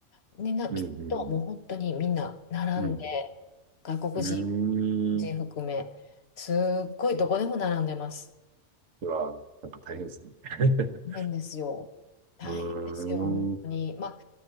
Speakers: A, on the left; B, on the right.
A: にな行くと、
B: うん、
A: もう本当にみんな並んで、
B: うん、うん。
A: 外国人
B: うーん。
A: 全含め。すっごいどこでも並んでます。
B: うわ、なんか大変ですね。<laughs>
A: 大変ですよ。大変ですよ、
B: うーん。
A: 本当に。
B: う
A: まあ、